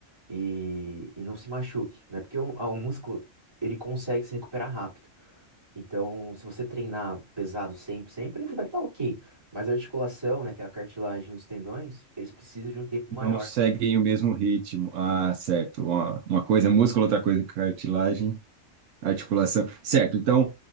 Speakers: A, on the right; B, on the right.
A: e, e não se machuque, né? Porque o, o músculo, ele consegue se recuperar rápido. Então, se você treinar pesado sempre, sempre, ele vai estar ok. Mas a articulação, né, que é a cartilagem e os tendões, eles precisam de um tempo maior.
B: Não seguem o mesmo ritmo. Ah, certo. Uma, uma coisa é músculo, outra coisa é cartilagem, articulação. Certo, então,